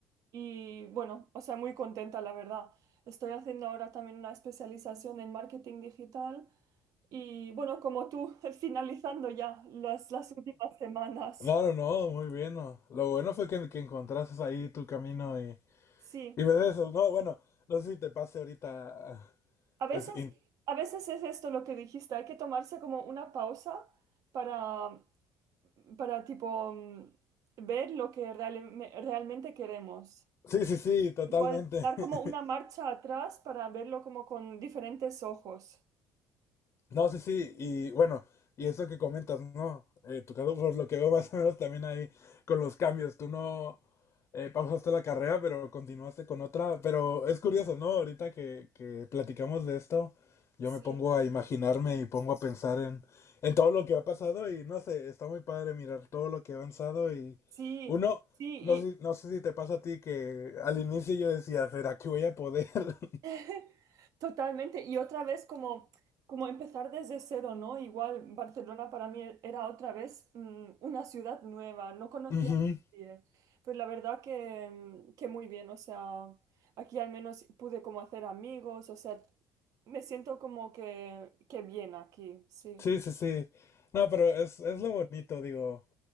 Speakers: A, on the right; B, on the left.
A: Y bueno, o sea, muy contenta, la verdad. Estoy haciendo ahora también una especialización en marketing digital. Y bueno, como tú, <laughs> finalizando ya las, las últimas semanas.
B: No, no, no, muy bien. no. Lo bueno fue que, que encontraste ahí tu camino y,
A: Sí.
B: y ves eso, ¿no? Bueno, no sé si te pase ahorita,
A: A veces,
B: pues
A: a veces es esto lo que dijiste, hay que tomarse como una pausa para, para tipo, mm, ver lo que realme- realmente queremos.
B: Sí, sí, sí, totalmente.
A: Igual, dar
B: <laughs>
A: como una marcha atrás para verlo como con diferentes ojos.
B: No, sí, sí, y bueno, y eso que comentas, ¿no? Eh, tu caso, por lo que veo más o menos también ahí con los cambios, tú no eh, pausaste la carrera, pero continuaste con otra, pero es curioso, ¿no? Ahorita que, que platicamos de esto, yo
A: Sí,
B: me pongo a imaginarme y pongo a pensar en, en todo lo que ha pasado y no sé, está muy padre mirar todo lo que ha avanzado y
A: sí,
B: uno,
A: sí,
B: no sé, no sé si te pasa a ti que al inicio yo decía, ¿será que voy a poder? <laughs>
A: y <laughs> totalmente. Y otra vez como, como empezar desde cero, ¿no? Igual Barcelona para mí era otra vez mm, una ciudad nueva, no conocía
B: Ujú.
A: a nadie. Pero la verdad que, mm, que muy bien, o sea, aquí al menos pude como hacer amigos, o sea, me siento como que, que bien aquí, sí.
B: Sí, sí, sí. No, pero es, es lo bonito, digo,